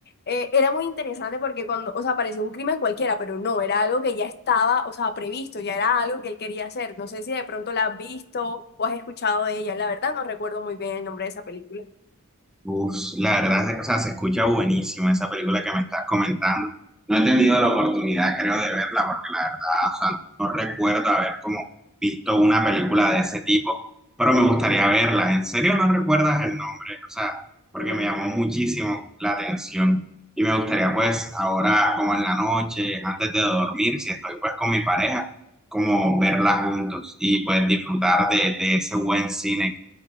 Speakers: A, on the left (about 45°); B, in the centre.
A: eh, era muy interesante porque cuando, o sea, parecía un crimen cualquiera, pero no, era algo que ya estaba, o sea, previsto, ya era algo que él quería hacer. No sé si de pronto la has visto o has escuchado de ella, la verdad no recuerdo muy bien el nombre de esa película.
B: Uf, la verdad, o sea, se escucha buenísimo esa película que me estás comentando. No he tenido la oportunidad, creo, de verla, porque la verdad, o sea, no recuerdo haber como visto una película de ese tipo, pero me gustaría verla. ¿En serio no recuerdas el nombre? O sea, porque
A: Bueno.
B: me llamó muchísimo la atención y me gustaría, pues, ahora, como en la noche, antes de dormir, si estoy, pues, con mi pareja, como verla juntos y, pues, disfrutar de, de ese buen cine